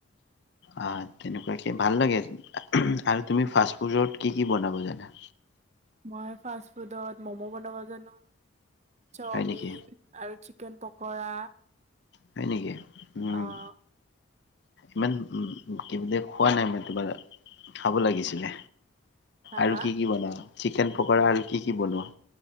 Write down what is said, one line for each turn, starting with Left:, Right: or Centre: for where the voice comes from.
Left: আহ তেনেকুৱাকে ভাল লাগে আৰু তুমি ফাষ্ট ফুডত কি কি বনাব জানা?
Right: মই ফাষ্ট ফুডত ম'ম' বনাব জানো চাওমিন
Left: হয় নেকি
Right: আৰু চিকেন পকৰা
Left: হয় নেকি? উম
Right: অ'।
Left: ইমান উ কিব দ খোৱা নাই মই কিবা খাব লাগিছিলে
Right: হা
Left: আৰু
Right: হা
Left: কি কি বনোৱা চিকেন পকৰা আৰু কি কি বনোৱা?